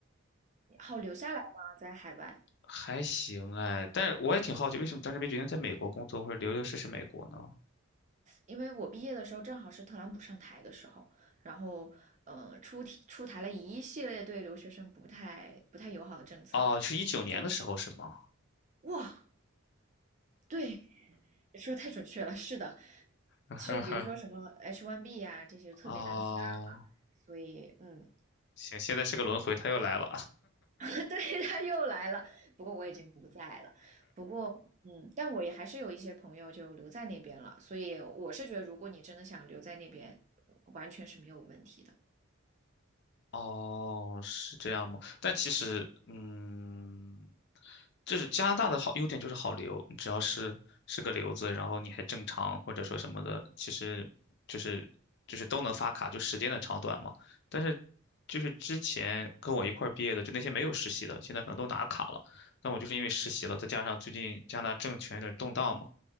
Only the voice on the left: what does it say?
还行哎，但是我也挺好奇，为什么当时没决定在美国工作或者留留试试美国呢？
哦，是一九年的时候是吗？
<laughs> 哈哈，
哦，
行，现在是个轮回，他又来了。
哦，是这样吗？但其实，嗯，就是加拿大的好优点就是好留，你只要是是个留子，然后你还正常或者说什么的，其实就是就是都能发卡，就时间的长短嘛。但是就是之前跟我一块儿毕业的，就那些没有实习的，现在可能都拿卡了。但我就是因为实习了，再加上最近加拿大政权有点动荡嘛。